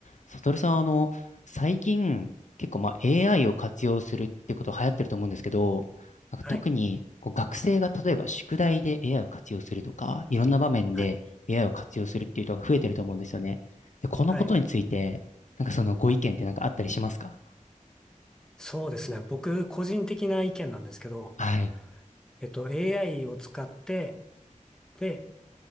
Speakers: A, on the left; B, in the centre.
A: サトルさん、あの、最近、結構、まあ、AI を活用するってこと流行ってると思うんですけど、なんか特にこう学生が例えば宿題で
B: はい。
A: AI を活用するとか、いろんな場面で
B: はい。
A: AI を活用するっていう人が増えてると思うんですよね。で、このことについて、
B: はい。
A: なんかそのご意見ってなんかあったりしますか
B: そうですね。僕、個人的な意見なんですけど、
A: はい。
B: えっと、AI を使って、で、